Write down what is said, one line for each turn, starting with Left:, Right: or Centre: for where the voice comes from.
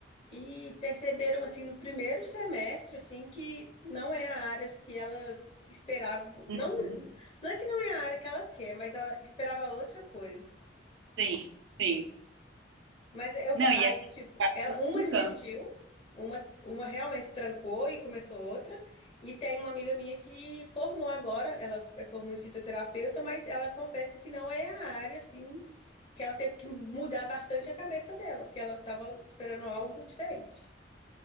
Left: e perceberam, assim, no primeiro semestre, assim, que não é a área que elas esperavam.
Right: Uhum.
Left: Não, não é que não é a área que ela quer, mas ela esperava outra coisa.
Right: Sim, sim.
Left: Mas eu,
Right: Não,
Left: fa-
Right: e
Left: aí,
Right: a gente
Left: tipo,
Right: vai
Left: ela,
Right: se
Left: uma
Right: educando.
Left: desistiu, uma, uma realmente trancou e começou outra. E tem uma amiga minha que formou agora, ela é- formou em fisioterapeuta, mas ela confessa que não é a área, assim, que ela teve que mudar bastante a cabeça dela, porque ela estava esperando algo diferente.